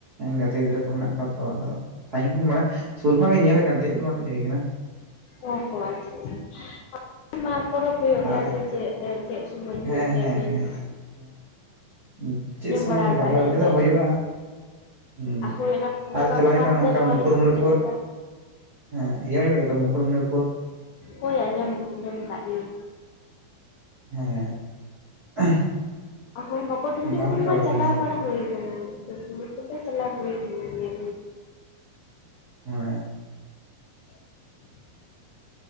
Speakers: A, on the right; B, on the left.
A: ᱜᱮ ᱜᱟᱛᱮ ᱜᱤᱫᱽᱨᱟᱹ ᱠᱚ ᱢᱮᱱᱟᱜ ᱠᱚᱣᱟ ᱛᱚ ᱟᱫᱚ ᱥᱟᱺᱤᱧ ᱠᱷᱚᱱ ᱢᱟᱱᱮ ᱥᱩᱨ ᱠᱷᱚᱱᱟᱜ ᱜᱮ ᱧᱮᱞ ᱠᱟᱱ ᱛᱟᱦᱮᱸ ᱫᱚ ᱵᱟᱝ ᱛᱟᱦᱮᱸ ᱠᱟᱱᱟ
B: ᱚ ᱦᱚ ᱟᱪᱪᱷᱟ ᱟᱪᱪᱷᱟ <unintelligible> ᱯᱚᱨᱚᱵᱽ ᱦᱩᱭᱩᱜ ᱜᱮᱭᱟ
A: ᱟᱨ
B: ᱥᱮ ᱪᱮᱫ ᱨᱮ ᱪᱮᱫ ᱥᱚᱢᱚᱭ ᱦᱩᱭᱩᱜ
A: ᱦᱮᱸ
B: ᱜᱮᱭᱟ
A: ᱦᱮᱸ
B: ᱵᱤᱥ ᱾
A: ᱦᱮᱸ ᱪᱮᱫ ᱥᱚᱢᱚᱭ
B: ᱵᱟᱲᱟ ᱟᱠᱟᱜᱼᱟ
A: ᱵᱟᱲᱟᱭ
B: ᱞᱤᱧ
A: ᱵᱟᱲᱟ
B: ᱚᱱᱮ
A: ᱦᱩᱭᱩᱜᱼᱟ ᱾ ᱦᱮᱸ
B: ᱦᱳᱭ ᱚᱱᱟ ᱚᱱᱠᱟ
A: ᱟᱨ ᱪᱟᱞᱟᱣ
B: ᱯᱷᱟᱥᱴ
A: ᱦᱩᱭᱩᱜ ᱠᱟᱱᱟ ᱱᱚᱝᱠᱟ
B: ᱡᱟᱱᱩᱣᱟᱨᱤ
A: ᱢᱩᱠᱩᱴᱢᱚᱱᱤᱯᱩᱨ
B: ᱥᱮ ᱪᱮᱫ ᱞᱮᱠᱟ
A: ᱾ ᱦᱮᱸ ᱤᱭᱟᱹ ᱦᱩᱭᱩᱜ ᱜᱮᱭᱟ ᱛᱚ ᱢᱩᱠᱩᱴᱢᱩᱱᱤᱯᱩᱨ ᱾
B: ᱦᱚᱭ ᱟᱸᱡᱚᱢ, ᱟᱸᱡᱚᱢ ᱟᱠᱟᱫ ᱜᱮᱭᱟᱧ ᱾
A: ᱦᱮᱸ <unintelligible>
B: ᱦᱚ ᱢᱩᱠᱩᱴᱢᱚᱱᱤᱯᱩᱨ
A: ᱵᱟᱢ ᱪᱟ
B: ᱢᱟ ᱪᱟᱞᱟᱣ
A: ᱠᱟᱱᱟ ᱧᱮᱞ
B: ᱵᱟᱲᱟ ᱦᱩᱭᱟ ᱟᱠᱟᱱᱟ ᱾ ᱪᱟᱞᱟᱣ ᱦᱩᱭ <unintelligible> ᱛᱤᱧ ᱜᱮᱭᱟ
A: <unintelligible>
B: <inaudible>